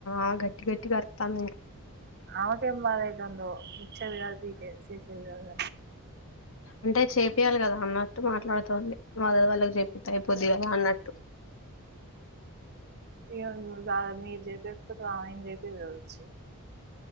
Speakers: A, on the left (about 60°); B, on the right (about 45°).
A: ఆ గట్టి గట్టిగా అరత్తాంది ఇ
B: ఆమెకేం బాధ అయితాందో ఇచ్చేది కాదు పీకేది చేసేది కాదు.
A: అంటే చేపియాలి కదా అన్నట్టు మాట్లాడుతోంది వాళ్లది వాళ్లకి చేప్పితే అయిపోద్ది కదా అన్నట్టు.
B: ఇగ మీరు చెపీయకపోతే ఆమె ఏం చేపీదు కదా వచ్చి